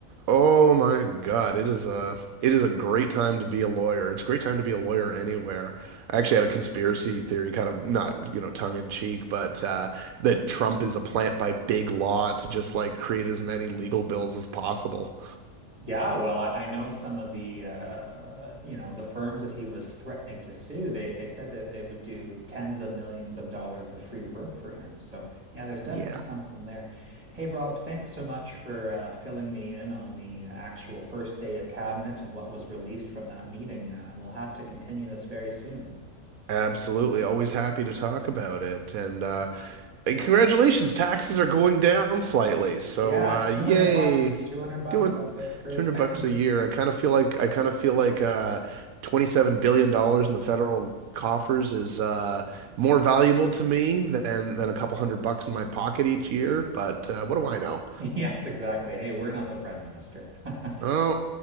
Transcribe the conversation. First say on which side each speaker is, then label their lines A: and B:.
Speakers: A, on the right (about 85°); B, on the right (about 25°).
A: oh my God, it is a it is a great time to be a lawyer. It's a great time to be a lawyer anywhere. I actually had a conspiracy theory, kind of not you know tongue in cheek, but uh, that Trump is a plant by big law to just like create as many legal bills as possible.
B: Yeah, well, I, I know some of the uh, uh, you know the firms that he was threatening to sue. They they said that they would do tens of millions of dollars of free work for him. So yeah, there's definitely
A: Yeah.
B: something there. Hey, Rob, thanks so much for uh, filling me in on the uh, actual first day of cabinet and what was released from that meeting. Uh, we'll have to continue this very soon.
A: Absolutely. Always happy to talk about it. And uh, And Congratulations, taxes are going down slightly. So,
B: Yeah,
A: uh,
B: 200
A: yay.
B: bucks, 200 bucks.
A: Doing
B: That's that's great.
A: 200
B: <laughs>
A: bucks a year. I kind of feel like I kind of feel like uh 27 billion dollars in the federal coffers is uh more valuable to me than than a couple hundred bucks in my pocket each year, but uh what do I know?
B: Yes, exactly. Hey, we're not the prime minister. <laughs>
A: Oh,